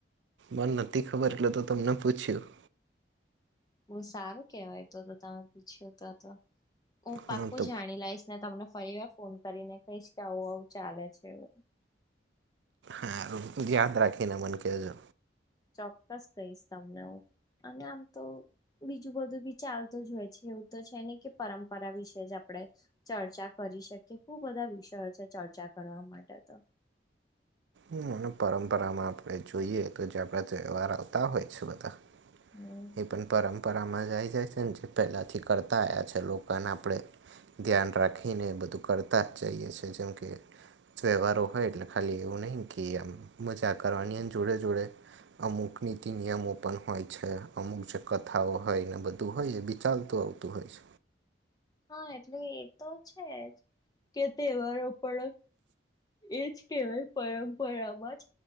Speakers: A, on the right (about 75°); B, on the left (about 20°).
A: મેમ નથી ખબર, એટલે તો તમને પૂછ્યું.
B: બો સારું કેવાય તો, તો તમે પૂછ્યું તો, તો હું પાક્કું
A: હા તો
B: જાણી લાઇશ. ને તમને ફરી વાર ફોન કરીને કહીશ કે, આવું આવું ચાલે છે એ.
A: હા, હારુ યાદ રાખીને, મન કે જે.
B: ચોક્કસ કહીશ તમને, હું અને આમ તો બીજું બધું બી ચાલતું જ હોય છે, એવું તો છે ને કે, પરંપરા વિશે જ આપડે ચર્ચા કરી શકી, હું બધા વિષયો છે, ચર્ચા કરવા માટે તો.
A: હમ, પરંપરામાં આપણે જોઈએ તો, જે આપણા તહેવાર આવતા હોય છે બધા.
B: <unintelligible>
A: એ પણ પરંપરામાં જ આવી જાય છે, ને જે પહેલાંથી કરતા આયા છે, લોકોને આપણે ધ્યાન રાખીને બધું કરતા જઇએ છે, જેમ કે તહેવારો હોય એટલે ખાલી એવું નહીં કે આમ મઝા કરવાની, એન જોડે-જોડે અમુક નીતિ નિયમો પણ હોય છે, અમુક જે કથાઓ હોય ને, બધું હોય એ બી. ચાલતું આવતું હોય.
B: હા, એટલે એ તો છે જ કે, તહેવારો પણ એજ કહેવાય પરંપરામાં જ,